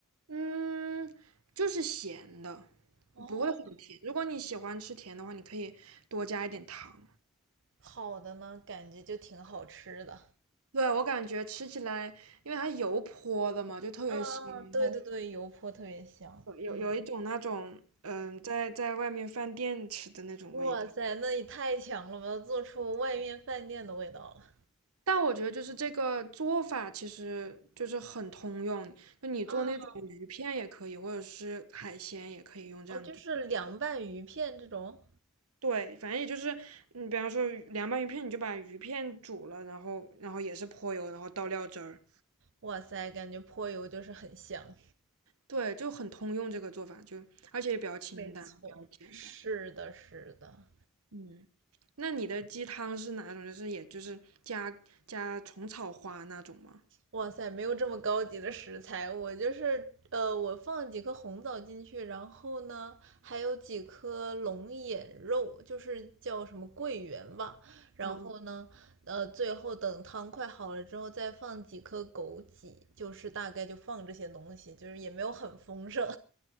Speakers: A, on the right; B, on the right.
A: 嗯，就是咸的，
B: 哦，
A: 不会很甜。如果你喜欢吃甜的话，你可以多加一点糖。
B: 好的呢，感觉就挺好吃的。
A: 对，我感觉吃起来，因为它油泼的嘛，就特别香。
B: 嗯，
A: 然后。
B: 对对对，油泼特别香。
A: 有有有一种那种嗯，
B: 嗯，
A: 在在外面饭店吃的那种味道。
B: 哇塞，那也太强了吧，做出外面饭店的味道了。
A: 但我觉得就是这个做法其实就是很通用，就你做那种鱼片也可以，
B: 啊，
A: 或者是海鲜也可以用这样做。
B: 哦，就是凉拌鱼片这种，
A: 对，反正也就是你比方说凉拌鱼片，你就把鱼片煮了，然后然后也是泼油，然后倒料汁儿。
B: 哇塞，感觉泼油就是很香。
A: 对，就很通用这个做法，就而且也比较清淡，
B: 没错，
A: 比较简单。
B: 是的，是的。
A: 嗯，那你的鸡汤是哪种？就是也就是加加虫草花那种吗？
B: 哇塞，没有这么高级的食材，我就是呃，我放了几颗红枣进去，然后呢，还有几颗龙眼肉，就是叫什么桂圆吧。然后呢，
A: 嗯
B: 呃，最后等汤快好了之后，再放几颗枸杞，就是大概就放这些东西，就是也没有很丰盛，